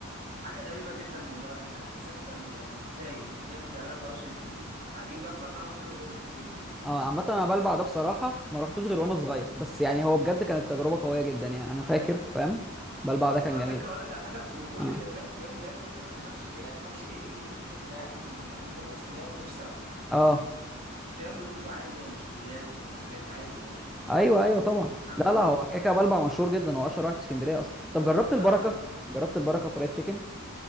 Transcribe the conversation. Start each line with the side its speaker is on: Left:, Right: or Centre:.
Right: حاجة غريبة جدا الموضوع ده هتحس ان انت يعني ازاي ازاي بتعملوا حواوشي في العجين ده وبيبقى طعمه حلو جدا جدا
Centre: اه عامة انا بلبع ده بصراحة ما رحتوش غير وانا صغير بس يعني هو بجد كانت تجربة قوية جدا يعني انا فاكر فاهم بلبع ده كان
Right: وعلى
Centre: جميلة
Right: فكرة اقول لك على حاجة وكل
Centre: اه
Right: اللي هناك تلاقيهم بياكلوا يعني ما تفهمش ليه- يعني ما تفهمش ايه ال- ايه الفكرة يعني في ان إن انت تروح اسكندرية وما تاكلش سمك
Centre: اه
Right: تلاقيهم بيطلبوا عادي يعني مشويات وحاجات عادي يعني
Centre: ايوه ايوه طبعا
Right: مفهمش
Centre: لا لا
Right: ليه
Centre: هو كده كده بلبع مشهور جدا هو اشهر واحد في اسكندرية اصلا طب جربت البركة
Right: اه آه.
Centre: جربت البركة فرايد تشيكن